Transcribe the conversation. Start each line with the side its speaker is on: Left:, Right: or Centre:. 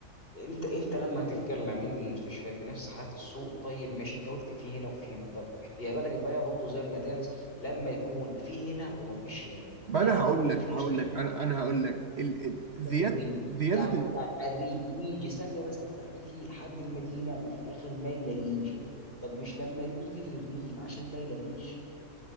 Left: انت انت لما تتكلم ان المستشفيات بنفس حالات السوق طيب ماشي انت قلت في هنا وفي هنا طب يا بالك بقى برضه زي المدارس لما يكون في هنا وما فيش هنا
Right: ما
Left: يعني
Right: أنا هقول
Left: يكون
Right: لك
Left: في
Right: هقول
Left: مستشفى
Right: لك أنا أنا هقول لك ال... ال...
Left: في
Right: زيادة
Left: الريف
Right: زيادة
Left: يعني
Right: ال...
Left: بتاع الريف يجي ثانيه بس بتاع الريف يجي لحد المدينه وفي الاخر ما يلاقيش طب مش لما يكون في في الريف عشان ما يلاقيش